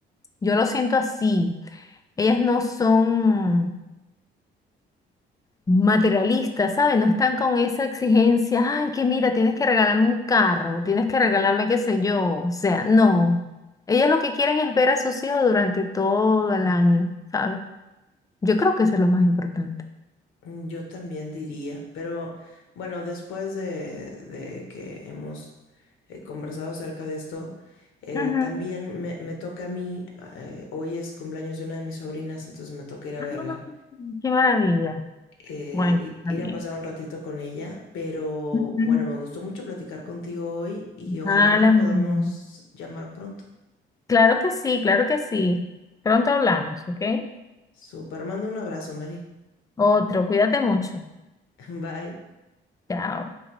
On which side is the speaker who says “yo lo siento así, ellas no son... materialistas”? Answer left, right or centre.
Left